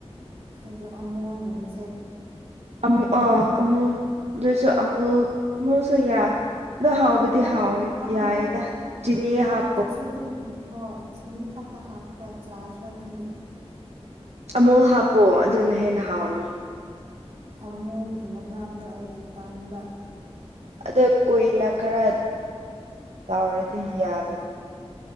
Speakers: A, on the right; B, on the right.
A: ꯍꯥꯏꯗꯣ ꯑꯃꯨꯒꯨꯝꯕꯁꯦ
B: ꯑꯃꯨ ꯑꯥ ꯑꯃꯨꯜ ꯑꯗꯨꯏꯁꯨ ꯑꯃꯨꯜ ꯑꯃꯨꯜꯁꯨ ꯌꯥ ꯑꯗꯣ ꯍꯥꯎꯕꯗꯤ
A: ꯑꯃꯨ
B: ꯍꯥꯎꯋꯦ
A: ꯑꯃꯨ
B: ꯌꯥꯏꯌꯦꯗ ꯆꯤꯅꯤ ꯍꯥꯞꯄꯣ
A: ꯍꯥꯞꯇ꯭ꯔꯁꯨ ꯑꯗꯨꯝ ꯍꯣꯏ ꯆꯤꯅꯤ ꯈꯛꯇ ꯍꯥꯞꯄꯒ ꯆꯥꯗ꯭ꯔ ꯈꯪꯗꯦ
B: ꯑꯃꯨꯛ ꯍꯥꯞꯄꯣ ꯑꯗꯨꯅ ꯍꯦꯟꯅ ꯍꯥꯎꯅꯤ
A: ꯑꯃꯣꯒꯤ ꯃꯅꯥꯝꯗꯣ ꯑꯩꯗꯤ ꯇꯥꯟꯕ
B: ꯑꯗ ꯀꯨꯏꯅ ꯈꯔ ꯇꯥꯎꯔꯗꯤ ꯌꯥꯕꯅꯤ